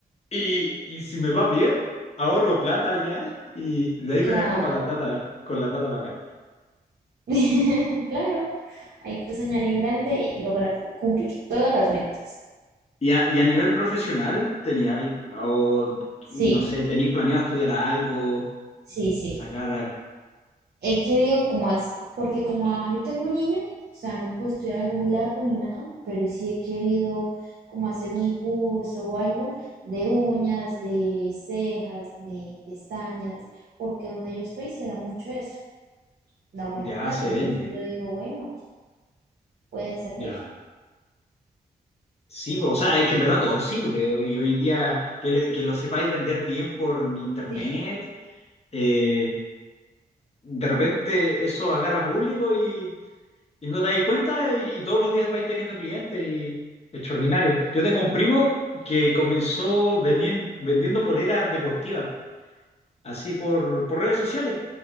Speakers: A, on the left; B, on the right.
A: Y, y si me va bien, ahorro plata allá y de ahí me
B: Claro,
A: vengo para la plata, con la plata para acá.
B: <laughs> claro, hay que soñar en grande y lograr cumplir todas las metas.
A: Y a, y a nivel profesional, tenía algo, o,
B: Sí,
A: no sé, tenéis planeado estudiar algo,
B: sí, sí.
A: sacar,
B: He querido como así, porque como ah, yo tengo un niño, o sea, no puedo estudiar algo muy largo ni nada, pero sí he querido como hacer un curso o algo de uñas, de cejas, de pestañas, porque donde yo estoy se da mucho eso, da buena
A: ya
B: plata,
A: se
B: entonces
A: vende,
B: yo digo, bueno, puede servir.
A: ya. Sí, o sea, es que en verdad todo sirve o- y hoy en día que, le- que lo sepáis vender bien por internet,
B: Sí,
A: eh, de repente eso agarra público Y no te dais cuenta y todos los días vais teniendo clientes y extraordinario. Yo tengo un primo que comenzó vendiendo, vendiendo poleras deportivas, así por, por redes sociales.